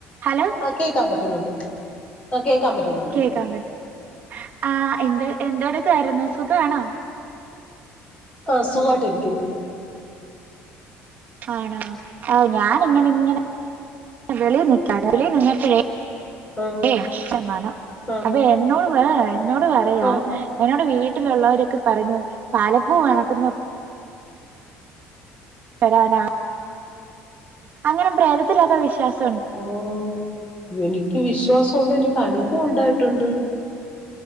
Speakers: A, on the right (about 40°); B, on the left (about 25°).
A: ഹലോ
B: ആ കേക്കാൻ പറ്റുന്നുണ്ട് ആ കേക്കാൻ പറ്റുന്നുണ്ട്
A: കേക്കാ പറ്റ് ആ എന്ത എന്തോടുക്കാരുന്നു സുഖാണോ
B: ആഹ് സുഹായിട്ടിരിക്ക്ന്ന്
A: ആണോ ആ ഞാന് ഇങ്ങനെങ്ങനെ വെളിൽ നിക്കാര്ന്ന് വെളിൽ നിന്നപ്പോഴേ
B: ആ
A: ഏ ശമാനം
B: ആ
A: അപ്പൊ എന്നോട് പ എന്നോട് പറയാ
B: ആ
A: എന്നോട് വീട്ടി വീട്ടിലുള്ളവരൊക്കെ പറഞ്ഞു പാലപ്പൂ കണക്ക് വരാനാ അങ്ങനെ പ്രേതത്തിലൊക്കെ വിശ്വാസ്
B: ഓഹ് എനിക്ക് വിശ്വാസ ണ്ട് എനിക്ക് അനുഭവം ഉണ്ടായിട്ടുണ്ട്